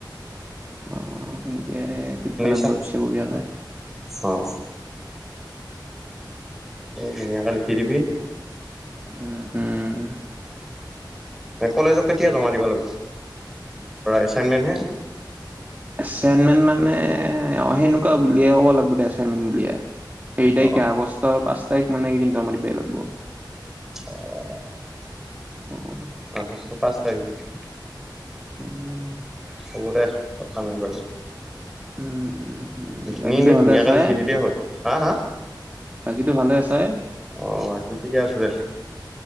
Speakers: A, on the right; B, in the centre.
A: অ', সেনকে তোক ভালাগ
B: চা
A: বোৱা পিছে বঢ়য়ালে
B: অ'। ধুনীয়াকৈ লিখি দিবি।
A: উম, উম।
B: কলেজক কেতিয়া জমা দিবা লাগব, এচাইনমেন্ট হে?
A: এচাইনমেণ্ট মানে, অ', সেনেকুৱা বুলিয়াই ক'ব লাগিব দে, এচাইনমেণ্ট বুলিয়াই। সেই তাৰিখে
B: অ
A: আগষ্টৰ পাঁচ তাৰিখ মানে জমা দিব লা।
B: অ'।
A: উম।
B: আগষ্ট পাঁচ তাৰিখ
A: উম।
B: হ'ব দে, কথা নাই ক।
A: উম, উম।
B: এইখিনিকে
A: বাকীটো ভালে
B: ধুনীয়াকে
A: আছই,
B: লিখি দিলেই হ'ল হা হা
A: বাকীটো ভালে আছই?
B: অ', বাকী ঠিকে আছে দে।